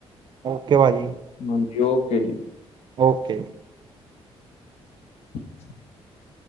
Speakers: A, on the right (about 45°); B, on the left (about 80°).
A: ਓਕੇ ਭਾਅਜੀ।
B: ਹਾਂਜੀ ਓਕੇ ਜੀ।
A: ਓਕੇ।
B: <inaudible>